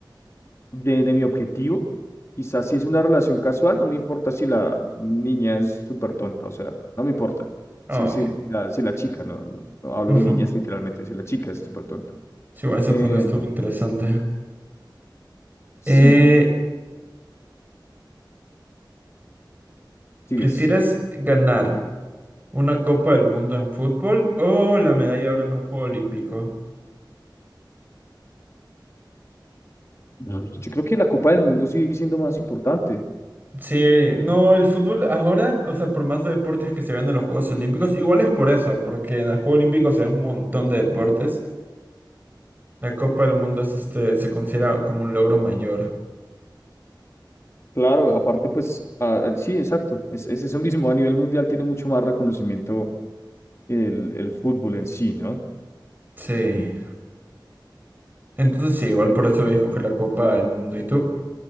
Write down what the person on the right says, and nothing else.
Ah,
ok.
Ujú.
Sí, bueno, esa
pregunta estuvo interesante.
Eh,
¿prefieres ganar una Copa del Mundo en fútbol o la medalla ahora en un juego olímpico?
Sí, no, el fútbol ahora, o sea, por más de deportes que se vean en los Juegos Olímpicos, igual es por eso, porque en el Juego Olímpico se ve un montón de deportes. La Copa del Mundo es este, se considera como un logro mayor.
Sí. Entonces sí, igual por eso voy a escoger la Copa del Mundo. ¿Y tú?